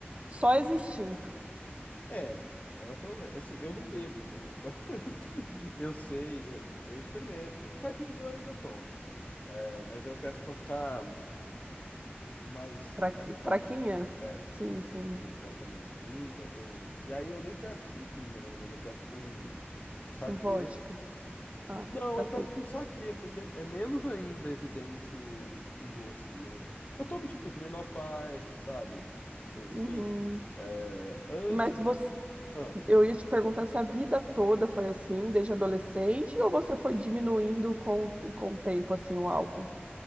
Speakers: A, on the right (about 30°); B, on the left (about 40°).
A: só existindo.
B: É, é o problema. Assim, eu não bebo, né? Então, Eu sei, eu, eu experimento. Caipirinha eu ainda tomo, é, mas aí eu peço pra ficar mais,
A: Fraqui,
B: mais fraca.
A: fraquinha?
B: É,
A: Sim, sim,
B: pô, bota menos pinga, ou... E aí eu nem peço com pinga, na verdade, eu peço com, com saquê.
A: com vodka. Ah,
B: Não,
A: saquei.
B: eu peço com saquê, porque é menos ainda evidente o, o gosto, né? Eu tomo tipo Smirnoff Ice, sabe? Coisa
A: Uhum.
B: assim. É, antes...
A: Mas você.
B: Ah,
A: Eu ia te perguntar se a vida toda foi assim, desde adolescente, ou você foi diminuindo com, com o tempo, assim, o álcool?